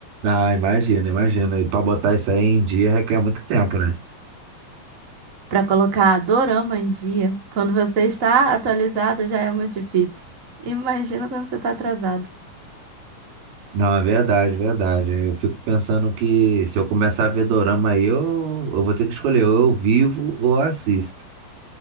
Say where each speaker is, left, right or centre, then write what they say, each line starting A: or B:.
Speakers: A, on the right; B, on the right.
A: Ah, imagina, imagina. E para botar isso aí em dia requer muito tempo, né?
B: Pra colocar dorama em dia, quando você está atualizado, já é muito difícil. Imagina quando você tá atrasado.
A: Não, é verdade, verdade. Eu fico pensando que se eu começar a ver dorama aí, eu, eu vou ter que escolher, ou eu vivo ou assisto.